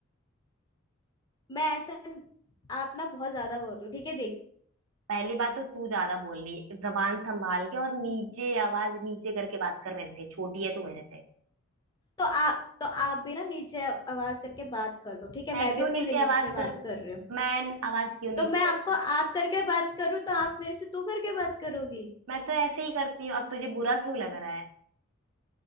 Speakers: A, on the left; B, on the right.
A: मैं ऐसा आप ना बहुत ज्यादा बोल रहे हो ठीक है देख
B: पहली बात तो तू ज्यादा बोल रही जबान संभाल के और नीचे आवाज नीचे करके बात कर मेरे से छोटी है तू मेरे से
A: तो आप तो आप भी ना नीचे आ- आवाज करके बात कर लो ठीक है
B: मैं
A: मैं
B: क्यों
A: भी अपने
B: नीचे
A: लिमिट्स
B: आवाज
A: में बात
B: करूं
A: कर रही हूँ
B: मैं आवाज क्यों नीचे
A: तो मैं आपको
B: करूंगी
A: आप करके बात करूँ तो आप मेरे से तू करके बात करोगी
B: मैं तो ऐसे ही करती हूँ अब तुझे बुरा क्यों लग रहा है